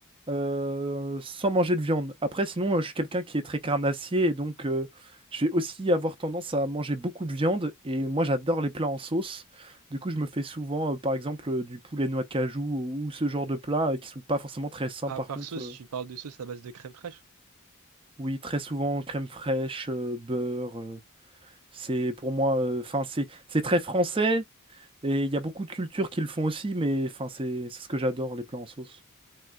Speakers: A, on the right (about 25°); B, on the right (about 85°).
A: euh, sans manger de viande. Après, sinon, euh, je suis quelqu'un qui est très carnassier et donc euh, je vais aussi avoir tendance à manger beaucoup de viande. Et moi, j'adore les plats en sauce. Du coup, je me fais souvent, euh, par exemple, euh, du poulet noix de cajou ou, ou ce genre de plats euh, qui sont pas forcément très sains,
B: Par,
A: par
B: par
A: contre.
B: sauce,
A: euh.
B: tu parles de sauce à base de crème fraîche?
A: Oui, très souvent crème fraîche, euh, beurre. euh, c'est pour moi, euh, enfin c'est c'est très français et il y a beaucoup de cultures qui le font aussi, mais enfin c'est c'est ce que j'adore les plats en sauce.